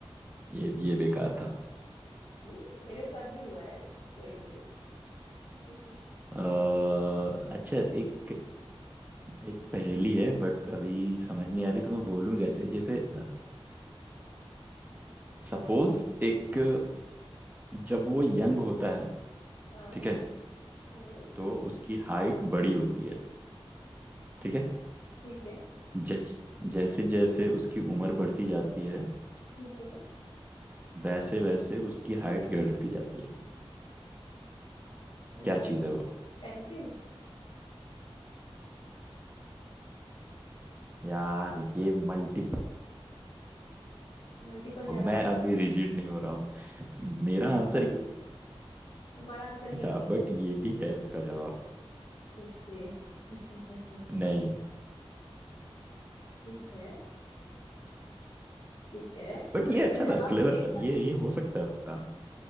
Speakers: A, on the right; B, on the left.
A: ये ये बेकार था
B: हम्म, मेरे साथ भी हुआ है कोई नहीं <laughs>
A: अ, अच्छा एक एक पहेली है बट अभी
B: हम्म
A: समझ नहीं आ रही तो मैं बोलूँ कैसे जैसे सपोज एक जब वो यंग होता है
B: हाँ
A: ठीक है
B: हम्म
A: तो उसकी हाइट बड़ी होती है ठीक है
B: ठीक है
A: जैसे जैसे जैसे उसकी उम्र बढ़ती जाती है
B: ठीक है
A: वैसे वैसे उसकी हाइट घटती जाती है
B: और
A: क्या
B: बढ़ते
A: चीज़ है वो
B: पेंसिल
A: यार ये मल्टीपल
B: मल्टीपल जवाब
A: मैं
B: हो
A: अभी
B: सकते
A: रिजिड नहीं हो रहा हूँ मेरा आंसर ये
B: तुम्हारा आंसर ये
A: नहीं
B: नहीं
A: था
B: है
A: बट ये भी है उसका जवाब
B: ओके <laughs>
A: नहीं
B: ठीक है ठीक है <laughs>
A: बट
B: मतलब
A: ये अच्छा
B: मैं जवाब
A: था क्लेवर
B: दे
A: था
B: पा
A: ये
B: रही
A: ये हो सकता है उसका आंसर